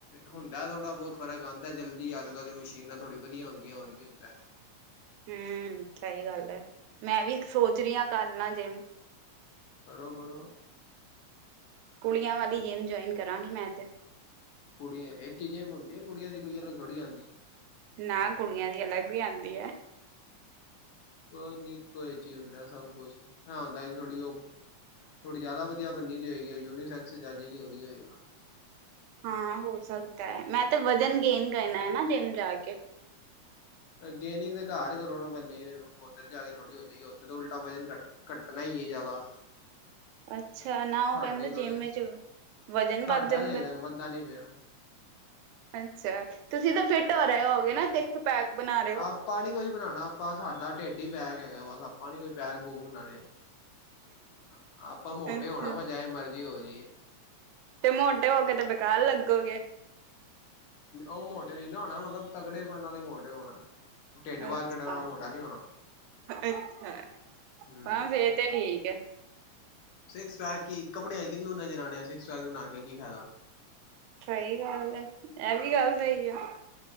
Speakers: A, on the left; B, on the right.
A: ਹੁੰਦਾ ਥੋੜਾ-ਬੋਤ ਫ਼ਰਕ ਆਂਦਾ, ਜਲਦੀ ਆਂਦਾ ਓ ਮਸ਼ੀਨਾਂ ਥੋੜੀ ਵਧੀਆ ਹੁੰਦੀਆਂ, ਹੋਰ ਕੀ ਹੁੰਦਾ।
B: ਹੂੰ ਸਈ ਗੱਲ ਏ ਮੈਂ ਵੀ ਸੋਚ ਰਈ ਆਂ ਕਰਲਾ ਜਿੰਮ
A: ਕਰੋ-ਕਰੋ।
B: ਕੁੜੀਆਂ ਵਾਲੀ ਜਿੰਮ ਜੋਏਨ ਕਰਾਂਗੀ ਮੈਂ ਤੇ।
A: ਕੁੜੀਆਂ, ਏਕ ਈ ਜੇਮ ਹੁੰਦੀ ਏ ਕੁੜੀਆਂ ਦੀ ਕੋਈ ਅਲੱਗ ਥੋੜੀ ਆਂਦੀ ਏ।
B: ਨਾ ਕੁੜੀਆਂ ਦੀ ਅਲੱਗ ਵੀ ਆਂਦੀ ਐ।
A: ਕੋਈ ਨੀ ਇਕੋ ਇਚ ਈ ਹੁੰਦਾ ਸਭ-ਕੁਛ ਐ ਹੁੰਦਾ ਥੋੜੀ ਓ ਥੋੜ੍ਹੀ ਜਿਆਦਾ ਵਧੀਆ ਬੰਨੀ ਦੀ ਹੋਏਗੀ, ਓ ਯੂਨੀਸੈਕਸ ਚ ਆਜੇਗੀ ਹੋਰ ਕੀ ਹੋਏਗਾ।
B: ਹਾਂ ਹੋ ਸਕਦਾ, ਮੈਂ ਤੇ ਵਜ਼ਨ ਗੇਨ ਕਰਨਾ ਏ ਨਾ ਜਿੰਮ ਜਾ ਕੇ।
A: ਗੇਨਿੰਗ ਤੇ ਕਾਰ ਕਰੋ ਨਾ ਪੈਲੇ, ਓਥੇ ਚ ਜਾ ਕੇ ਥੋੜੀ ਹੋ ਜੇਗੀ ਓਥੇ ਤੇ ਉਲਟਾ ਵਜਨ ਕੱਟ ਕੱਟਣਾ ਈ ਏ ਜ਼ਿਆਦਾ।
B: ਅੱਛਾ ਨਾ ਉਹ
A: ਸਾਡੇ
B: ਕਹਿੰਦੇ
A: ਕੋਲੇ,
B: ਜਿਮ ਵਿੱਚ ਵਜ਼ਨ
A: ਸਾਡਾ
B: ਵੱਧ ਜਾਂਦਾ
A: ਤਾ ਹਜੇ ਤੱਕ ਵੱਧਦਾ ਨੀ ਪਯਾ।
B: ਅੱਛਾ, ਤੁਸੀਂ ਤਾਂ ਫਿੱਟ ਹੋ ਰੇ ਹੋਗੇ ਨਾ ਸਿਕਸ ਪੈਕ ਬਨਾ
A: ਆਪਾਂ ਨੀ ਕੁਛ ਬਣਾਣਾ ਆਪਾਂ ਸਾਡਾ ਟੇਡ ਈ ਪੈਕ ਹੈਗਾ। ਬਸ ਆਪਾਂ ਨੀ ਕੋਈ ਪੈਕ-ਪੂਕ ਬਣਾਣੇ। ਅ ਆਪਾਂ ਮੋਟੇ
B: ਅੱਛਾ
A: ਹੋਣਾ ਬਸ ਜੈਵੇ ਮਰਜ਼ੀ ਹੋ ਜਈਏ।
B: ਤੇ ਮੋਟੇ ਹੋ ਕੇ ਤੇ ਬੇਕਾਰ ਲੱਗੋਗੇ।
A: ਓ ਮੋਟੇ ਨੀ ਨਾ ਹੋਣਾ, ਮਤਲਬ ਤਗੜੇਪਨ ਆਲੇ ਮੋਟੇ ਹੋਣਾ। ਟੇੱਡ ਬਾਹਰ
B: ਅੱਛਾ
A: ਕੱਢਣ ਵਾਲਾ ਮੋਟਾ
B: ਅੱਛਾ
A: ਨੀ ਹੋਣਾ।
B: ਅੱਛਾ
A: ਹੂੰ
B: ਹਾਂ ਫੇਰ ਤੇ ਠੀਕ ਐ।
A: ਸਿਕਸ ਪੈਕ ਕੀ ਕੱਪੜਿਆਂ ਚ ਕੀਨੂੰ ਨਜ਼ਰ ਆਣੇ, ਸਿਕਸ ਪੈਕ ਬਨਾ ਕੇ ਕੀ ਫੈਦਾ।
B: ਸ਼ਈ ਗੱਲ ਏ ਐ ਵੀ ਗੱਲ ਸਈ ਐ।